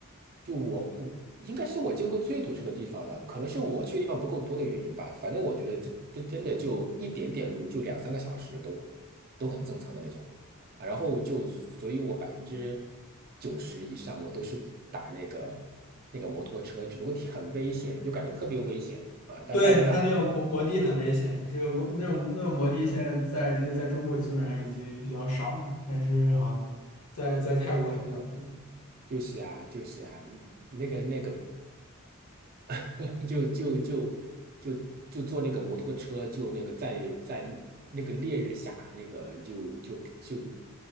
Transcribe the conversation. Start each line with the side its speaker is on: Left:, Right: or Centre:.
Right: 就我我应该是我见过最堵车的地方了，可能是我去的地方不够多的原因吧，反正我觉得这这真的就一点点路就两三个小时都都很正常的那种啊，然后就所以我百分之九十以上我都是打那个那个摩托车，只不过挺很危险，就感觉特别危险啊，但但没办法。
Left: 对，它那个摩摩的很危险，这个摩那种那种摩的现在在这在中国基本上已经比较少了，但是好像在在泰国还比较多。
Right: 就是啊，就是啊，那个那个，<laughs> 就就就就就坐那个摩托车，就那个在在那个烈日下，那个就就就